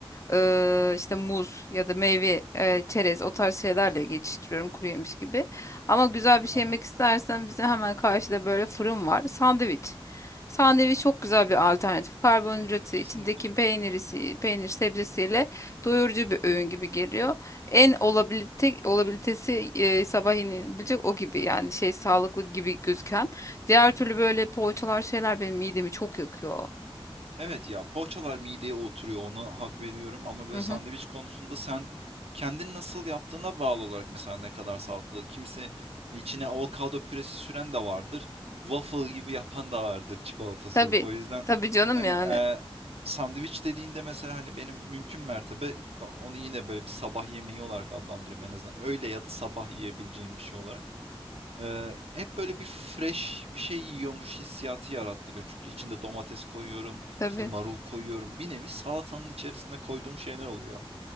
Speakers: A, on the left; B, on the right.
A: eee, işte muz ya da meyve, eee, çerez o tarz şeylerle geçiştiriyorum kuru yemiş gibi. Ama güzel bir şey
B: aha.
A: yemek istersen bize hemen karşıda böyle fırın var. Sandviç. Sandviç çok güzel bir alternatif. Karbonhidratı,
B: Kesinlikle.
A: içindeki peynirisi, peynir sebzesiyle doyurucu bir öğün gibi geliyor. En olabilite, olabilitesi eee sabah yenilebilecek o gibi yani şey sağlıklı gibi gözüken. Diğer türlü böyle poğaçalar şeyler benim midemi çok yakıyor.
B: Evet ya poğaçalar mideye oturuyor ona hak veriyorum ama böyle
A: Hı hı.
B: sandviç konusunda sen kendin nasıl yaptığına bağlı olarak mesela ne kadar sağlıklı. Kimse içine avokado püresi süren de vardır. Waffle gibi yapan da vardır çikolata
A: Tabii.
B: sürüp. O yüzden
A: Tabii canım
B: hani
A: yani.
B: e, sandviç dediğinde mesela hani benim mümkün mertebe onu yine böyle bir sabah yemeği olarak adlandırıyorum en azından. Öğle ya da sabah yiyebileceğim bir şey olarak. Eee, hep böyle bir fresh bir şey yiyormuş hissiyatı yarattırıyor. Çünkü içinde domates koyuyorum,
A: Tabii.
B: işte marul koyuyorum. Bir nevi salatanın içerisine koyduğum şeyler oluyor.